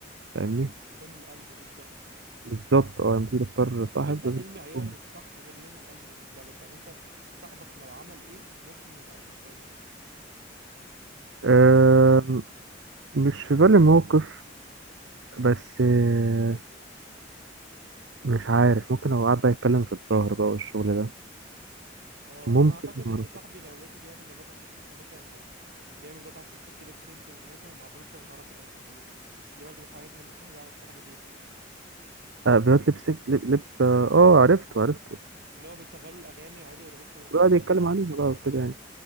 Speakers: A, on the right; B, on the right.
A: فاهمني
B: لون القلب بالظبط
A: بالظبط اه لما تيجي تختار
B: طب
A: صاحب
B: انت ايه
A: لازم
B: المعيار
A: تكون
B: الصح غير لون القلب بالنسبة لك يعني انت صاحبك لو عمل ايه ممكن ما تعرفوش تاني
A: آه
B: مم.
A: مش في بالي موقف بس آه مش عارف ممكن لو قعد بقى يتكلم في الظهر بقى والشغل ده
B: اه
A: ممكن
B: انا اعتقد
A: ما
B: ان
A: اعرفش
B: صاحبي لو لقيته بيعمل لايفات على التيك توك مثلا او بيعمل فيديوهات على التيك توك ليب سينكينج مثلا ما اعتقدش انا هعرفه تاني يعني دي دي برضه من الحاجات اللي مستحيل اعرف صاحبي فيها
A: آه بيوت لبسك لب لب اه آه، عرفته عرفته
B: اللي هو بيشغلوا الاغاني ويقعدوا يرقصوا والحاجات
A: قعد
B: دي
A: يتكلم عليها بقى وكده يعني